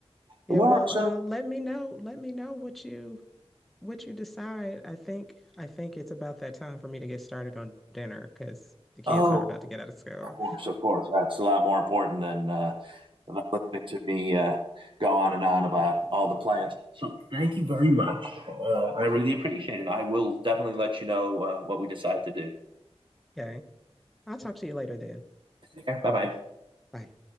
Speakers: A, in the centre; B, on the right (about 50°).
A: Yeah.
B: Well,
A: Well,
B: so,
A: uh, let me know. Let me know what you what you decide, I think I think it's about that time for me to get started on dinner because the kids
B: oh,
A: are about to get out of school.
B: of course, of course. That's a lot more important than uh, listening to me uh, go on and on about all the plans. So, thank you very much. Uh, I really appreciate it. I will definitely let you know uh, what we decide to do.
A: Okay. I'll talk to you later then.
B: Okay. Bye bye.
A: Bye.